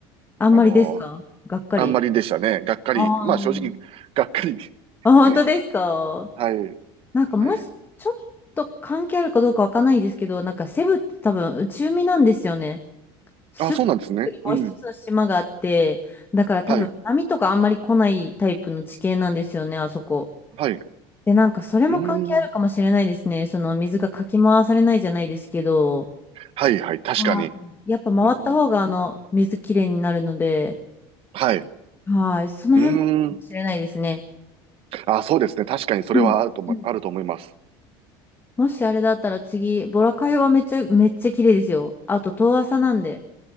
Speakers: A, on the left (about 15°); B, on the right (about 50°).
A: あんまりですかがっかり。
B: あの、あんまりでしたね。がっかり。
A: ああ。
B: まあ正直、がっかり。<laughs>
A: あ、本当ですか
B: ね。はい。
A: なんかもし、
B: はい。
A: ちょっと関係あるかどうかわかんないですけど、なんかセブって多分内海なんですよね。すぐにもう一つの島があって、
B: あ、そうなんですね。うん。
A: だから多分波とかあんまり来ないタイプの地形なんですよね、
B: はい。
A: あそこ。
B: はい。う
A: で、なんかそれも関係あるかもしれないですね。
B: ーん。
A: その水がかき回されないじゃないですけど、
B: はい、はい。確かに。
A: はいやっぱ回った方があの水きれいになるので、
B: うん。はい。う
A: はい、その辺もかもしれないですね。
B: ーん。あ、そうですね。確かにそれはあると思、
A: うん。うん
B: あると思います。
A: もしあれだったら次、ボラカイはめっちゃ、めっちゃ綺麗ですよ。あと、遠浅なんで。